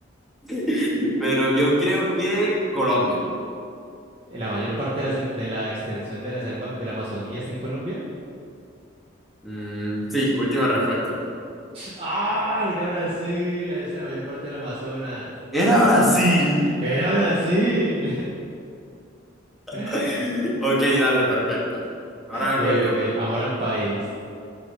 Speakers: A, in the centre; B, on the right.
A: <laughs> Pero yo creo que Colombia.
B: ¿La mayor parte de la, sel- de la extensión de la selva de la Amazonía está en Colombia?
A: Mm, sí, última respuesta.
B: ¡Ah! Mira Brasil, ahí está la mayor parte del Amazonas.
A: Era Brasil.
B: Era Brasil. <laughs>
A: <laughs> Ok, dale, perfecto. Ahora vengo
B: Bien,
A: yo.
B: bien, bien. Amor al país.